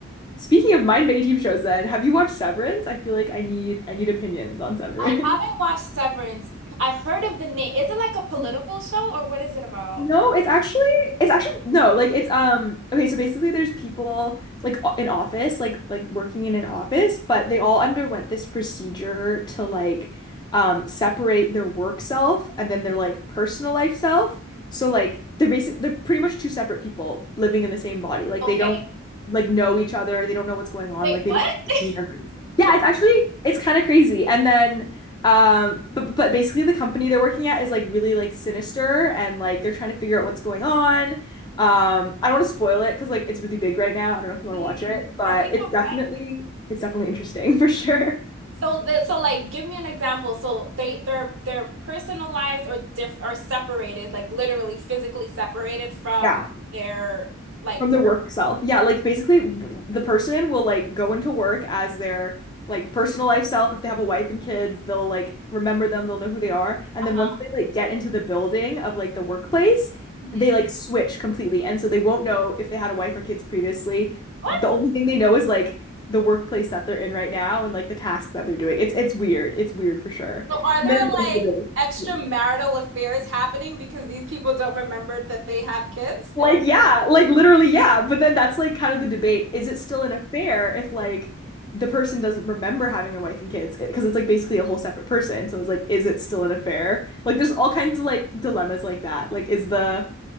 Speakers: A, on the left; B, on the right.
A: speaking of mind bendy TV shows then, have you watched Severance? I feel like I need I need opinions on Severance.
B: I haven't watched Severance. I've heard of the name. Is it like a political
A: <laughs>
B: show or what is it about?
A: No, it's actually it's actually no, like it's um okay, so basically there's people like o- in office, like like working in an office, but they all underwent this procedure to like um separate their work self and then their like personal life self. So like they're basic they're pretty much two separate people living in the same body. Like
B: Okay.
A: they don't like know each other, they don't know what's going on,
B: Wait,
A: like they
B: what?
A: don't have
B: <laughs>
A: memories. Yeah, it's actually it's kind of crazy. And then um, but but basically the company they're working at is like really like sinister and like they're trying to figure out what's going on. Um, I don't want to spoil it because like it's really big right now. I don't know if you want
B: Hmm,
A: to watch it, but
B: I think
A: it's
B: I might.
A: definitely it's definitely interesting <laughs> for sure.
B: So that so like give me an example. So they they're they're personalized or diff or separated, like literally physically separated from
A: Yeah.
B: their like
A: From
B: work.
A: their work self. Yeah, like basically th- the person will like go into work as their like personal life self. If they have a wife and kids, they'll like remember them, they'll know who they are. And
B: Uh-huh.
A: then once they like get into the building of like the workplace,
B: hmm
A: they like switch completely. And so they won't know if they had a wife or kids previously.
B: What?
A: The only thing they know is like the workplace that they're in right now and like the task that they're doing. It's it's weird. It's weird for sure.
B: So are
A: And
B: there
A: then at the end
B: like
A: of the day,
B: extramarital
A: yeah.
B: affairs happening because these people don't remember that they have kids?
A: Like,
B: And all-
A: yeah, like literally, yeah. But then that's like kind of the debate. Is it still an affair if like the person doesn't remember having a wife and kids? Because it's like basically a whole separate person. So it's like, is it still an affair? Like, there's all kinds of like dilemmas like that. Like, is the